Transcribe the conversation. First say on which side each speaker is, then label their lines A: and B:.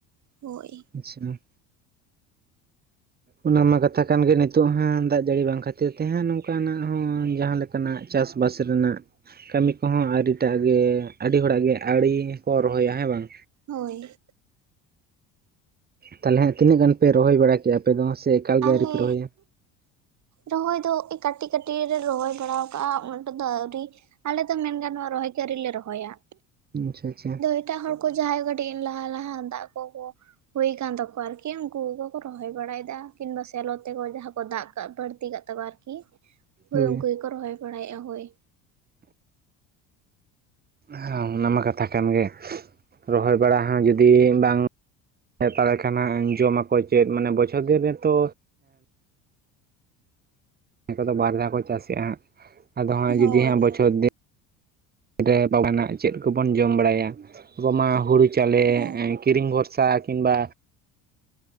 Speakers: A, on the right; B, on the right.
A: ᱦᱳᱭ
B: ᱟᱪᱪᱷᱟ ᱚᱱᱟ ᱢᱟ ᱠᱟᱛᱷᱟ ᱠᱟᱱ ᱜᱮ ᱱᱤᱛᱚᱜ ᱦᱟᱸᱜ ᱫᱟᱜ ᱡᱟᱹᱲᱤ ᱵᱟᱝ ᱠᱷᱟᱹᱛᱤᱨ ᱛᱮ ᱦᱟᱸᱜ ᱱᱚᱝᱠᱟᱱᱟᱜ ᱦᱚᱸ ᱡᱟᱦᱟᱸ ᱞᱮᱠᱟ ᱠᱟᱱᱟ, ᱪᱟᱥᱵᱟᱥ ᱨᱮᱱᱟᱜ ᱠᱟᱹᱢᱤ ᱠᱚᱦᱚᱸ ᱟᱹᱰᱤᱴᱟᱜ ᱜᱮ ᱟᱹᱰᱤ ᱦᱚᱲᱟᱜ ᱜᱮ ᱟᱹᱲᱤ ᱠᱚ ᱨᱚᱦᱚᱭᱟ ᱦᱮᱸ ᱵᱟᱝ?
A: ᱦᱳᱭ᱾
B: ᱛᱟᱦᱚᱞᱮ ᱛᱤᱱᱟᱹᱜ ᱜᱟᱱ ᱯᱮ ᱨᱚᱦᱚᱭ ᱵᱟᱲᱟ ᱠᱮᱫᱮᱜᱼᱟ ᱟᱯᱮ ᱫᱚ ᱥᱮ ᱮᱠᱟᱞ ᱜᱮ
A: ᱟᱞᱮᱻ
B: ᱟᱹᱣᱨᱤ ᱯᱮ ᱨᱚᱦᱚᱭᱟ
A: ᱨᱚᱦᱚᱭ ᱫᱚ ᱠᱟᱹᱴᱤᱡ ᱠᱟᱹᱴᱤᱡ ᱨᱮ ᱨᱚᱦᱚᱭ ᱵᱟᱲᱟ ᱟᱠᱟᱜᱼᱟ ᱩᱱᱟᱹᱜ ᱠᱚᱫᱚ ᱟᱣᱨᱤ᱾ ᱟᱞᱮ ᱫᱚ ᱢᱮᱱ ᱜᱟᱱᱚᱜᱼᱟ ᱨᱚᱦᱚᱭ ᱜᱮ ᱟᱹᱣᱨᱤᱞᱮ ᱨᱚᱦᱚᱭᱟ᱾
B: ᱟᱪᱪᱷᱟ ᱟᱪᱪᱷᱟ
A: ᱮᱴᱟᱜ ᱦᱚᱲ ᱠᱚ ᱡᱟᱦᱟᱸᱭ ᱠᱟᱹᱴᱤᱡ ᱞᱟᱦᱟ ᱞᱟᱦᱟ ᱫᱟᱜ ᱠᱚᱠᱚ ᱦᱩᱭ ᱟᱠᱟᱱ ᱛᱟᱠᱚᱣᱟ ᱟᱨᱠᱤ ᱩᱱᱠᱩ ᱜᱮ ᱠᱚ ᱨᱚᱦᱚᱭ ᱵᱟᱲᱟᱭ ᱫᱟ᱾ ᱠᱤᱝᱵᱟ ᱥᱮᱞᱚ ᱛᱮᱠᱚ ᱡᱟᱦᱟᱸ ᱠᱚ ᱫᱟᱜ ᱠᱟᱜ ᱵᱟᱹᱲᱛᱤ ᱠᱟᱜ ᱛᱟᱠᱚᱣᱟ ᱟᱨᱠᱤ ᱦᱚᱭ
B: ᱦᱳᱭ
A: ᱩᱱᱠᱩ ᱠᱚ ᱨᱚᱦᱚᱭ ᱵᱟᱲᱟᱭᱮᱫᱼᱟ ᱦᱳᱭ᱾
B: ᱦᱮᱸ ᱚᱱᱟᱢᱟ ᱠᱟᱛᱷᱟ ᱠᱟᱱ ᱜᱮ ᱨᱚᱦᱚᱭ ᱵᱟᱲᱟ ᱦᱚᱸ ᱡᱩᱫᱤ ᱵᱟᱝ ᱛᱟᱦᱮᱞᱟ ᱠᱷᱟᱱᱟᱜ ᱡᱚᱢᱟᱠᱚ ᱪᱮᱫ ᱢᱟᱱᱮ ᱵᱚᱪᱷᱚᱨ ᱫᱤᱱ ᱨᱮᱱᱛᱚ ᱚᱠᱚᱭᱠᱚᱫᱚ ᱵᱟᱨ ᱫᱷᱟᱣ ᱠᱚ ᱪᱟᱥᱮᱫ-ᱟ ᱟᱫᱚ ᱦᱟᱸᱜ
A: ᱦᱳᱭ
B: ᱡᱩᱫᱤ ᱦᱟᱸᱜ ᱵᱚᱪᱷᱚᱨ ᱫᱤᱱ ᱨᱮ ᱵᱟᱵᱟᱱᱟ ᱪᱮᱫ ᱠᱚᱵᱚᱱ ᱡᱚᱢ ᱵᱟᱲᱟᱭᱟ ᱟᱵᱚᱢᱟ ᱦᱩᱲᱩ ᱪᱟᱣᱞᱮ
A: ᱦᱳᱭ
B: ᱠᱤᱨᱤᱧ ᱵᱷᱚᱨᱥᱟ ᱠᱤᱝᱵᱟ